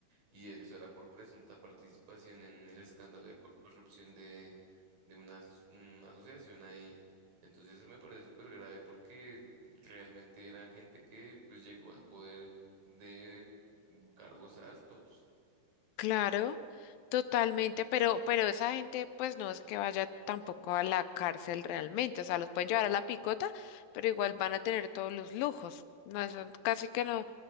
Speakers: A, on the right; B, on the left.
A: y eso era por presunta participación en el escándalo de corrupción de, de una, as- una asociación ahí. Entonces eso me parece súper grave porque realmente era gente que pues llegó al poder de cargos altos.
B: Claro, totalmente, pero, pero esa gente pues no es que vaya tampoco a la cárcel realmente, o sea, los pueden llevar a la picota, pero igual van a tener todos los lujos. No, eso casi que no,